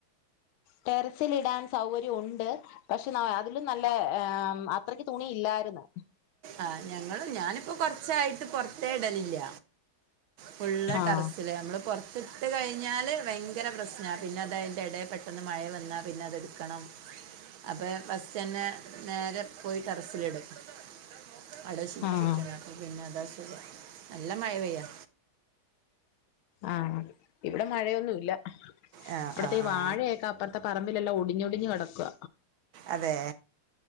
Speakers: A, on the left (about 80°); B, on the right (about 75°).
A: ടെറസില് ഇടാൻ സൗകര്യം ഉണ്ട് പക്ഷെ <unintelligible> അതിലും നല്ല <inaudible> അത്രയ്ക്ക് തുണി ഇല്ലാർന്ന്
B: ആഹ് ഞങ്ങള് ഞാനിപ്പോ കൊറച്ചായിട്ട് പുറത്തേ ഇഡലില്യ ഫുള്ള്
A: ആഹ്
B: ടെറസില് നമ്മള് പൊറത്ത് ഇട്ട് കഴിഞ്ഞാല് ഭയങ്കര പ്രശ്നാ പിന്നെ അതൻ്റെ എടെയിൽ പെട്ടെന്ന് മഴ വന്നാൽ പിന്നെ അതെടുക്കണം അപ്പം ഫസ്റ്റന്നെ നേരെ പോയി ടെറസിലിടും <unintelligible> അപ്പോ
A: ആഹ്
B: പിന്നെ അതാ സു നല്ല മഴ പെയ്യാ
A: ആഹ് ഇവിടെ മഴയൊന്നുവില്ല
B: ആ
A: ഇവിടത്തെ
B: ആ
A: ഈ
B: ആ.
A: വാഴയൊക്കെ അപ്പുറത്തെ പറമ്പ് പറമ്പിലെല്ലാം ഒടിഞ്ഞ് ഒടിഞ്ഞ് കെടക്കാ
B: അതെ